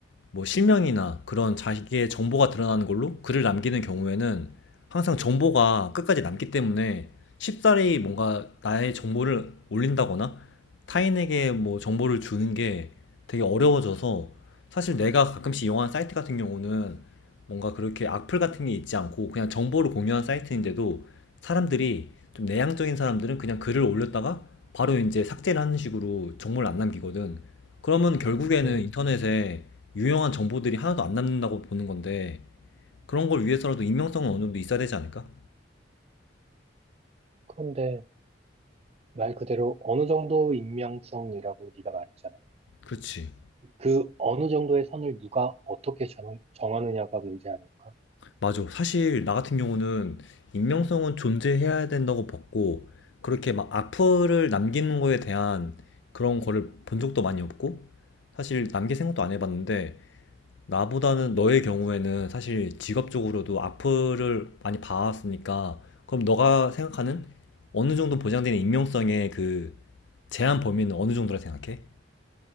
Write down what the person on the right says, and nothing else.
음,
그런데 말 그대로 어느 정도 익명성이라고 네가 말했잖아.
그 어느 정도의 선을 누가 어떻게 정, 정하느냐가 문제 아닐까?